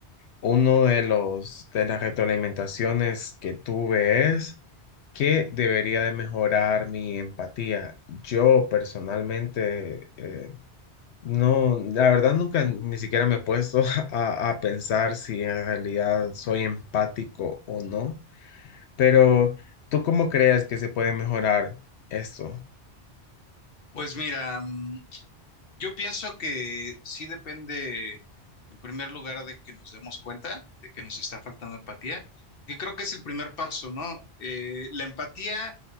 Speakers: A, on the left; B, on the left.
A: uno de los de las retroalimentaciones que tuve es que debería de mejorar mi empatía. Yo personalmente eh, no, la verdad nunca ni siquiera me he puesto <laughs> a, a pensar si en realidad soy empático o no, pero ¿tú cómo crees que se puede mejorar esto?
B: Pues mira, mm, yo pienso que sí depende, en primer lugar, de que nos demos cuenta de que nos está faltando empatía, que creo que es el primer paso, ¿no? Eh, la empatía,